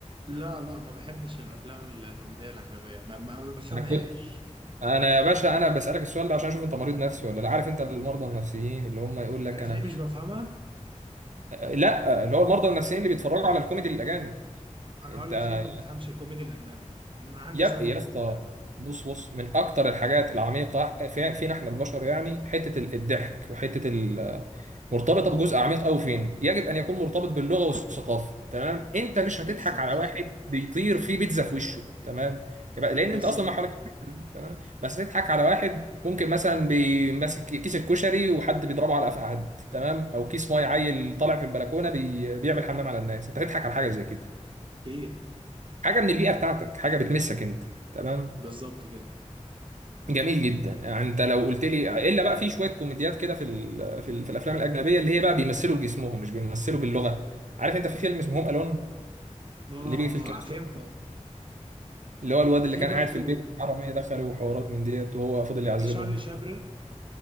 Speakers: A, on the right; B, on the right.
A: لا لا ما بحبش الافلام الكوميديه الاجنبيه ما, ما ما بفهمهاش
B: انا كنت انا يا باشا انا بسالك السؤال ده عشان اشوف انت مريض نفسي ولا لا عارف انت المرضى النفسيين اللي هم يقول لك
A: عارف
B: انا
A: ليه مش بفهمها
B: لا اللي هو المرضى النفسيين اللي بيتفرجوا على الكوميدي الاجانب
A: انا
B: انت
A: هقول لك ليه ما بفهمش الكوميدي الاجنبي انا عندي
B: يا
A: سبب
B: يا اسطى
A: مقنع ده
B: بص بص من اكتر الحاجات العميقه في فينا احنا البشر يعني حته ال- الضحك وحته ال- مرتبطه بجزء عميق قوي فين يجب ان يكون مرتبط باللغه والثقافه تمام انت مش هتضحك
A: بالظبط
B: على واحد بيطير فيه بيتزا في وشه تمام يبقى لان
A: بالظبط
B: انت اصلا ما حواليك بيتزا، تمام بس تضحك على واحد ممكن مثلا بيمسك كيس الكشري وحد بيضربه على قفا حد تمام او كيس ميه عيل طالع في البلكونه بي... بيعمل حمام على الناس انت هتضحك على حاجه زي كده
A: اكيد
B: حاجه من البيئه بتاعتك حاجه بتمسك انت تمام
A: بالظبط كده
B: جميل جدا يعني انت لو قلت لي الا بقى في شويه كوميديات كده في ال... في, ال... في الافلام الاجنبيه اللي هي بقى بيمثلوا بجسمهم مش بيمثلوا باللغه عارف انت في فيلم اسمه هوم الون
A: اه
B: اللي بيجي في الكلاس
A: اه فهمت
B: ده، اللي هو الواد
A: وفي
B: اللي كان
A: برضو
B: قاعد في البيت الحراميه دخلوا وحوارات من ديت وهو فضل يعذبهم
A: في شارلي شابرن